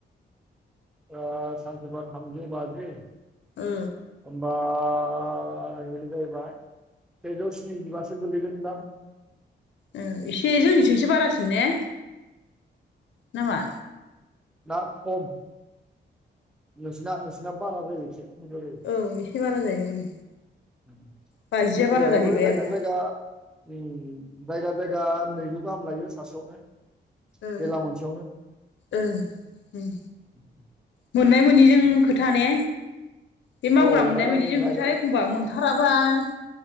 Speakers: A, in the centre; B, on the left.
A: ओ सानसे बा थामजौ बाजि
B: ओ
A: होमबा आ ओरै बायदि जाहैबाय सेजौ स्निजिबासो गोलैगोनदां।
B: ओ एसे जोंनिथिंसो बारासिन ने नामा?
A: ना खम नोंसिना नोंसिना बारा जायो एसे बुरजा जायो।
B: औ एसे बारा जायो ओं।
A: उम
B: बाजिया
A: जोंनि
B: बारा
A: बेहायबो
B: जाहैबाय
A: जायगा
B: आरोना।
A: जायगा उम जायगा जायगा नैजौ गाहाम लायो सासेयावनो
B: ओ ओ
A: बेला मोनसेयावनो
B: ओ ओ उम।
A: उम उम
B: मोननाय मोनिजों खोथा ने बे मावग्रा
A: औ
B: मोननाय
A: दा
B: मिनिजों
A: नै गायग्रा
B: खोथा एखमबा मोनथाराबाय